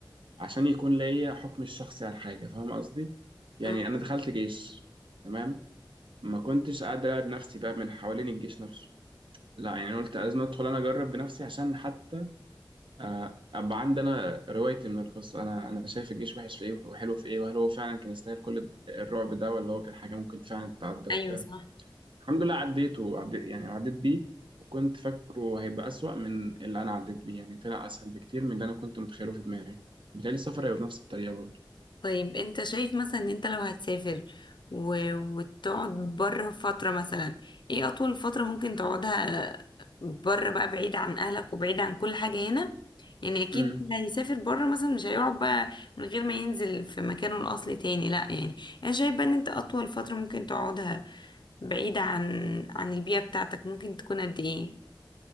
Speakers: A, on the right; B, on the left.
A: عشان يكون ليا حكم الشخصي على الحاجة فاهم قصدي؟ يعني
B: مم.
A: أنا دخلت جيش تمام ما كنتش قاعد أرعب نفسي بقى من حوالين الجيش نفسه لا يعني أنا قلت لازم أدخل أنا أجرب بنفسي عشان حتى آه، ابقى عندي انا روايتي من القصه انا انا شايف الجيش وحش في ايه وحلو في ايه وهل هو فعلا كان يستاهل كل الد- الرعب ده ولا هو كان حاجه ممكن فعلا تتعدى وبتاع
B: ايوه صح
A: الحمد لله عديته عديت يعني عديت بيه وكنت فاكره هيبقى اسوأ من اللي انا عديت بيه يعني طلع اسهل بكتير من اللي انا كنت متخيله في دماغي بالتالي السفر هيبقى بنفس الطريقه برضه
B: طيب انت شايف مثلا ان انت لو هتسافر و... وتقعد بره فترة مثلا ايه اطول فترة ممكن تقعدها بره بقى بعيد عن اهلك وبعيد عن كل حاجة هنا يعني اكيد
A: امم
B: اللي هيسافر بره مثلا مش هيقعد بقى من غير ما ينزل في مكانه الاصلي تاني لا يعني انا شايف بقى ان انت اطول فترة ممكن تقعدها بعيدة عن عن البيئة بتاعتك ممكن تكون قد ايه